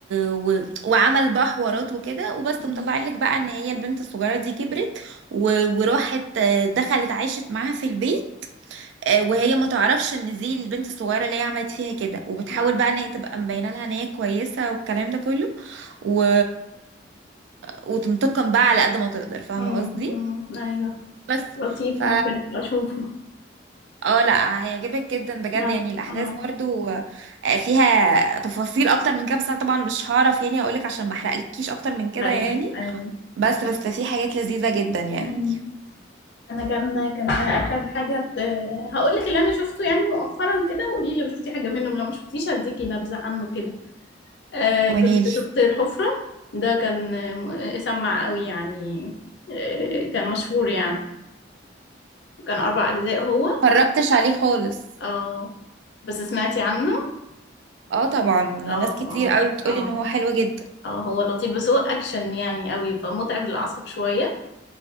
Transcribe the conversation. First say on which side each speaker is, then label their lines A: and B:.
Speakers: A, on the right (about 75°); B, on the left (about 65°).
A: و... وعمل بقى حوارات وكده وبس
B: مم.
A: مطلع لك بقى ان هي البنت الصغيرة دي كبرت و... وراحت آه، دخلت عايشت معاها في البيت آه، وهي ما تعرفش ان دي البنت الصغيره اللي هي عملت فيها كده وبتحاول
B: آه.
A: بقى ان هي تبقى مبينه لها ان هي كويسه والكلام ده كله و... وتنتقم بقى على قد ما تقدر فاهمه
B: مم.
A: قصدي
B: مم. أيوة
A: بس
B: لطيف
A: ف
B: ممكن أبقى أشوفه
A: اه لا هيعجبك جدا بجد
B: آه
A: يعني الاحداث
B: آه
A: برضو آه، فيها تفاصيل اكتر من كده بس انا طبعا مش هعرف يعني اقولك عشان ما احرقلكيش اكتر من كده
B: أيوة
A: يعني
B: أيوة
A: بس بس في حاجات لذيذه جدا يعني
B: مم. انا كان كان اخر حاجه هقول لك اللي انا شفته يعني مؤخرا كده وقولي لي لو شفتي حاجه منه لو ما شفتيش هديكي نبذه عنه كده آه
A: قوليلي
B: كنت شفت الحفره ده كان آه، سمع قوي يعني آه كان مشهور يعني كان اربع اجزاء هو
A: اتفرجتش عليه خالص
B: اه بس سمعتي عنه
A: اه طبعا ناس
B: اه
A: كتير
B: اه
A: قوي بتقولي
B: اه
A: ان هو حلو جدا
B: اه هو لطيف بس هو اكشن يعني قوي فمتعب للاعصاب شويه